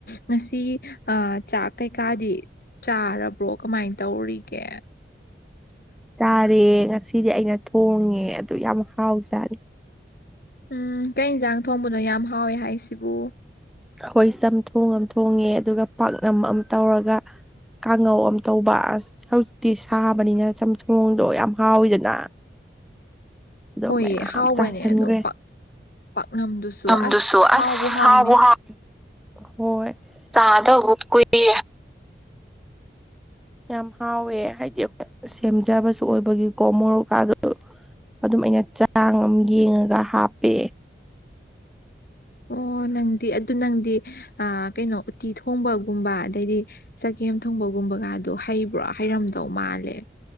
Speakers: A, on the left; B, in the centre.
A: ꯉꯁꯤ ꯑ ꯆꯥꯛ ꯀꯩꯀꯥꯗꯤ ꯆꯥꯔꯕ꯭ꯔꯣ ꯀꯃꯥꯏ ꯇꯧꯔꯤꯒꯦ
B: ꯆꯥꯔꯦ ꯉꯁꯤꯗꯤ ꯑꯩꯅ ꯊꯣꯡꯅꯤꯡꯉꯦ ꯑꯗꯨ ꯌꯥꯝ ꯍꯥꯎꯖꯥꯠꯅꯤ
A: ꯎꯝ ꯀꯩ ꯏꯟꯖꯥꯡ ꯊꯣꯡꯕꯅꯣ ꯌꯥꯝ ꯍꯥꯎꯋꯦ ꯍꯥꯏꯁꯤꯕꯨ
B: ꯍꯣꯏ ꯆꯝꯊꯣꯡ ꯑꯝ ꯊꯣꯡꯉꯦ ꯑꯗꯨꯒ ꯄꯥꯛꯅꯝ ꯑꯝ ꯇꯧꯔꯒ ꯀꯥꯡꯉꯧ ꯑꯝ ꯇꯧꯕ ꯑꯁ ꯍꯧꯖꯤꯛꯇꯤ ꯁꯥꯕꯅꯤꯅ ꯆꯝꯊꯣꯡꯗꯣ ꯌꯥꯝ ꯍꯥꯎꯋꯤꯗꯅ ꯑꯗꯣ
A: ꯍꯣꯏꯌꯦ
B: ꯃꯌꯥꯝ
A: ꯍꯥꯎꯕꯅꯦ
B: ꯆꯥꯁꯟꯈ꯭ꯔꯦ
A: ꯑꯗꯣ ꯄꯥꯛ ꯄꯥꯛꯅꯝꯗꯨꯁꯨ
B: ꯃꯇꯝꯗꯨꯁꯨ
A: ꯑꯁ ꯍꯥꯎꯕꯨ
B: ꯑꯁ
A: ꯍꯥꯎꯅꯤ
B: ꯍꯥꯎ ꯍꯣꯏ ꯆꯥꯗꯕꯨ ꯀꯨꯏꯔꯦ ꯌꯥꯝ ꯍꯥꯎꯋꯦ ꯍꯥꯏꯗꯤ <unintelligible> ꯁꯦꯝꯖꯕꯁꯨ ꯑꯣꯏꯕꯒꯤꯀꯣ ꯃꯣꯔꯣꯛꯀꯥꯗꯨ ꯑꯗꯨꯝ ꯑꯩꯅ ꯆꯥꯡ ꯑꯝ ꯌꯦꯡꯉꯒ ꯍꯥꯞꯄꯦ
A: ꯑꯣ ꯅꯪꯗꯤ ꯑꯗꯨ ꯅꯪꯗꯤ ꯑ ꯀꯩꯅꯣ ꯎꯠꯇꯤ ꯊꯣꯡꯕꯒꯨꯝꯕ ꯑꯗꯩꯗꯤ ꯆꯒꯦꯝ ꯊꯣꯡꯕꯒꯨꯝꯕꯒꯗꯣ ꯍꯩꯕ꯭ꯔꯣ ꯍꯩꯔꯝꯗꯧ ꯃꯥꯜꯂꯦ